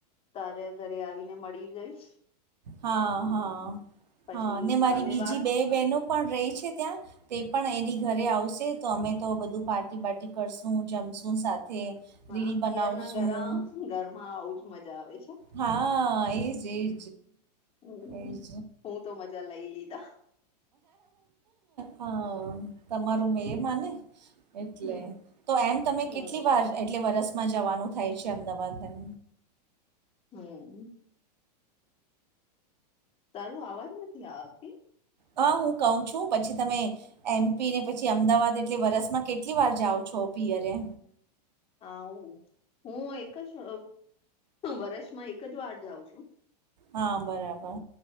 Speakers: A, on the left; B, on the right.
A: તારે ઘરે આવીને મળી જઈશ.
B: હા
A: હમ
B: હા
A: પછી
B: હા ને મારી
A: કાલે
B: બીજી
A: વાત
B: બે બહેનો પણ રહી છે ત્યાં તે પણ એની ઘરે આવશે તો અમે તો બધું પાર્ટી બાર્ટી કરશું જમશું સાથે.
A: હા
B: રીલ
A: પિયર
B: બનાવશું
A: ના ઘરા ઘરમાં આવુંજ મજા આવે છે.
B: હા એજ એજ.
A: હમ
B: એજ
A: હું તો મજા લઈ લીધા.
B: હા તમારું
A: હમ
B: મેં એ માને. એટલે
A: હમ
B: તો એમ તમે
A: હમ
B: કેટલી વાર કેટલે વરસમાં જવાનું થાય છે અમદાવાદ એમ.?
A: હમ. તારું આવાજ નથી આવતી.
B: હા હું કહું છું પછી તમે એમપી ને પછી અમદાવાદ એટલે વરસમાં કેટલી વાર જાવ છો પીયરે.?
A: હું હું એક જ વર્ષમાં એક જ વાર જાઉં છું.
B: હા બરાબર